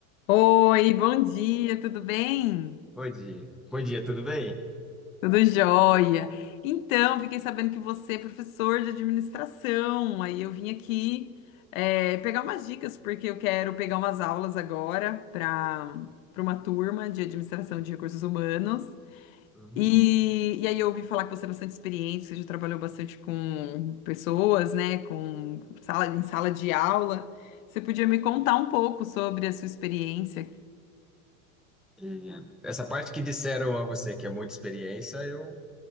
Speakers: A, on the left; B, in the centre.
A: Oi, bom dia, tudo bem?
B: Bom dia. Bom dia, tudo bem?
A: Tudo jóia. Então, fiquei sabendo que você é professor de administração, aí eu vim aqui eh, pegar umas dicas, porque eu quero pegar umas aulas agora para para uma turma de administração de recursos humanos.
B: Hum.
A: E, e aí eu ouvi falar que você é bastante experiente, você já trabalhou bastante com pessoas, né, com sala, em sala de aula. Você podia me contar um pouco sobre a sua experiência
B: É, Essa parte que disseram a você que é muita experiência, eu